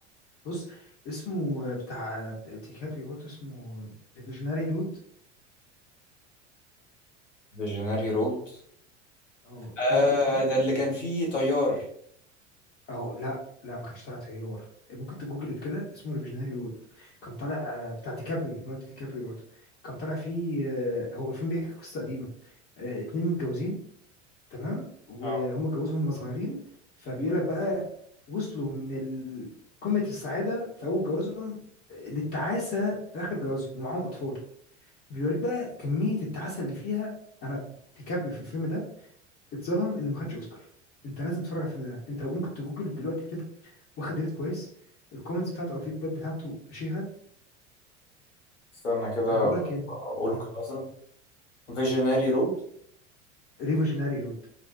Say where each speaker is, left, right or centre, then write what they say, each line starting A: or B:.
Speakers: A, on the left; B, on the left.
A: بص اسمه بتاع ديكابري برضه اسمه ريفيجناري رود
B: فيجنري رود
A: اه
B: آه
A: جوجلت كده
B: ده اللي كان فيه طيار
A: اه لا لا ما كانش طالع تيار ممكن تجوجلت كده اسمه ريفيجناري رود كان طالع آه، بتاع ديكابري ليوناردو ديكابري برضه كان طالع فيه آه، هو الفيلم بيحكي قصه قديمه آه، اتنين متجوزين تمام وهم
B: اه
A: اتجوزهم وهم صغيرين فبيقول لك بقى وصلوا من ال- قمة السعادة في أول جوازهم آه، للتعاسة في آخر جوازهم ومعاهم أطفال بيوريك بقى كمية التعاسة اللي فيها أنا ديكابري في الفيلم ده اتظلم إنه ما خدش أوسكار أنت لازم تتفرج على الفيلم ده أنت ممكن تجوجل دلوقتي كده واخد ريت كويس الكومنتس بتاعته أو الفيدباك بتاعته فشيخة
B: استنى كده
A: أه، بقول لك إيه
B: ألقي
A: أه
B: نظرة فيجنري رود
A: ريفوجيناري رود